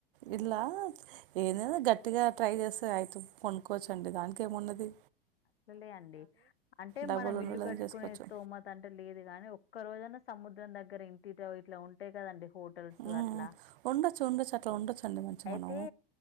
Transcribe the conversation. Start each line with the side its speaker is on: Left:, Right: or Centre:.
Right: ఇట్లా ఏదన్న గట్టిగా ట్రై చేస్ అయితు కొనుక్కోవచ్చండి దానికేమున్నది
Left: అట్లలే అండి అంటే
Right: డబ్బులు
Left: మనం
Right: ఉండలేదని
Left: ఇల్లు గట్టుకునే
Right: చేసుకోవచ్చు
Left: స్తోమత అంటే లేదు గాని ఒక్క రోజన్న సముద్రం దగ్గర ఇంటిరో ఇట్ల ఉంటయి కదండి హోటల్స్
Right: ఉమ్
Left: అట్లా
Right: ఉండొచ్చు ఉండొచ్చు అట్లా ఉండొచ్చు అండి మంచిగా
Left: అయితే
Right: మనము